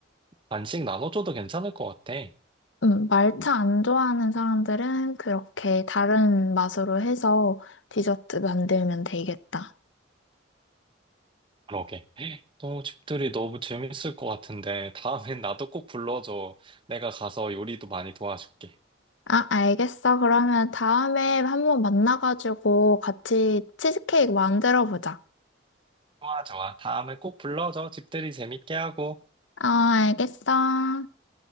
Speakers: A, on the right; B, on the left.
A: 반씩 나눠줘도 괜찮을 것 같아.
B: 응, 말차 안 좋아하는 사람들은 그렇게 다른 맛으로 해서 디저트 만들면 되겠다.
A: 그러게. 또 집들이 너무 재밌을 것 같은데, 다음엔 나도 꼭 불러줘. 내가 가서 요리도 많이 도와줄게.
B: 아, 알겠어. 그러면 다음에 한번 만나가지고 같이 치즈케이크 만들어 보자.
A: 좋아, 좋아. 다음에 꼭 불러줘. 집들이 재밌게 하고.
B: 아, 알겠어.